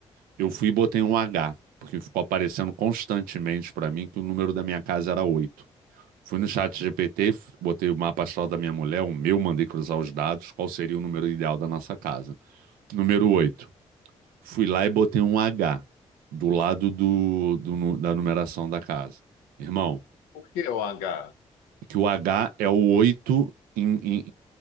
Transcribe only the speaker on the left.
Por que o H?